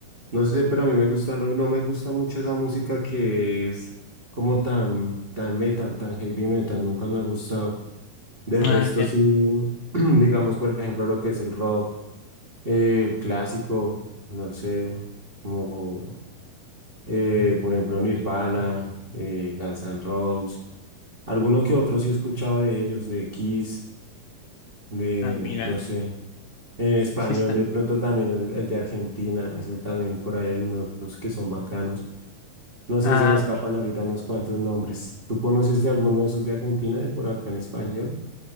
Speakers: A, on the right; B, on the left.
A: no sé, pero a mí me gusta, no, no me gusta mucho esa música que es como tan, tan metal, tan heavy metal, nunca me ha gustado. De
B: Ah,
A: resto,
B: ya.
A: sí, <clears throat> digamos, por ejemplo, lo que es el rock. Eh, clásico, no sé, como eh, por ejemplo Nirvana, eh, Guns N' Roses, alguno que otro sí he escuchado de ellos, de Kiss, de
B: Ah, mira,
A: no sé, en español
B: así está.
A: de pronto también el, el de Argentina, ese también por ahí hay unos que son bacanos. No sé,
B: Ah,
A: se me escapan ahorita unos cuantos nombres. ¿Tú conoces de alguno de esos de Argentina, de por acá en español?